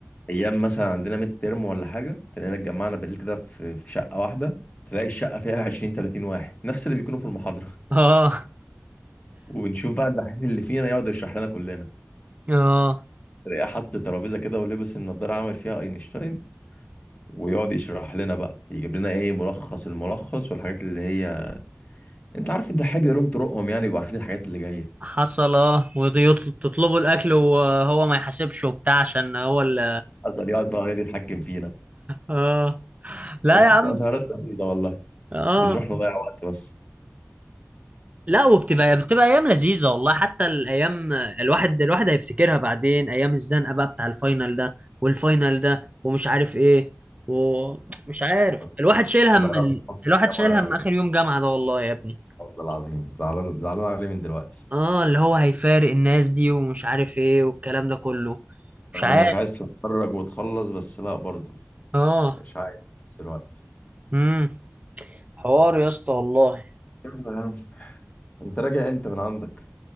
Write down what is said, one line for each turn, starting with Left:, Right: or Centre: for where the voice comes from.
Left: ايام مثلا عندنا ميد ترم ولا حاجه تلاقينا اتجمعنا بالليل كده في في شقه واحده تلاقي الشقه فيها 20 30 واحد نفس اللي بيكونوا في المحاضره <laughs>
Right: اه
Left: وبنشوف بقى الدحيح اللي فينا يقعد يشرح لنا كلنا
Right: اه
Left: تلاقيه حط ترابيزه كده ولبس النضاره عامل فيها اينشتاين ويقعد يشرح لنا بقى يجيب لنا ايه ملخص الملخص والحاجات اللي هي انت عارف الدحيح بيقولهم طرقهم يعني بيبقوا عارفين الحاجات اللي جايه
Right: حصل اه وتطلبوا الاكل وهو ما يحاسبش وبتاع عشان هو ال
Left: حصل يقعد بقى يقعد يتحكم فينا
Right: اه لا
Left: بس
Right: يا عم
Left: بتبقى سهرات لذيذه والله
Right: اه
Left: بنروح نضيع وقت بس
Right: لا وبتبقى بتبقى ايام لذيذه والله حتى الايام الواحد الواحد هيفتكرها بعدين ايام الزنقه بقى بتاع الفاينل ده والفاينل ده ومش عارف ايه ومش عارف
Left: بس
Right: الواحد شايل هم
Left: والله رغم
Right: ال...
Left: حب
Right: الواحد
Left: الجامعة
Right: شايل هم اخر يوم جامعه ده والله يا ابني
Left: العظيم زعلان زعلان عليه من دلوقتي
Right: اه اللي هو هيفارق الناس دي ومش عارف ايه والكلام ده كله مش
Left: رغم
Right: عارف
Left: انك عايز تتخرج وتخلص بس لا برضه
Right: اه
Left: مش مش عايز في نفس الوقت
Right: امم حوار يا اسطى والله
Left: يلا يا عم انت راجع امتى من عندك